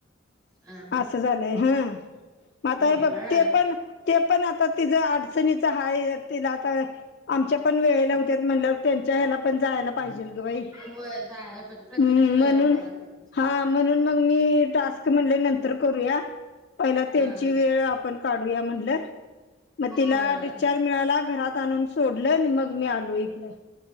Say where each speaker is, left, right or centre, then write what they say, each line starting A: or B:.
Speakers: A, on the right; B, on the left.
A: हा हा
B: असं झालंय हा. आता
A: बघितला
B: हे बघ
A: व्हय आल्यावर
B: ते पण, ते पण आता तिचं अडचणीच हाय तिला आता आमच्या पण वेळेला होत्यात म्हणल्यावर त्यांच्या ह्याला पण जायला पाहिजेल ग बाई
A: व्हय जायला पाहीजे प्रत्येकाच्या
B: हम्म
A: वेळेला
B: म्हणून
A: व्हायला पाहिजे.
B: हा म्हणून मग मी टास्क म्हणले नंतर करूया. पहिल त्यांची
A: हा
B: वेळ आपण काढूया म्हणलं मग तिला
A: होय
B: डिस्चार्ज मिळाला घरात आणून सो सोडलंय आणि मग मी आलो इकडे.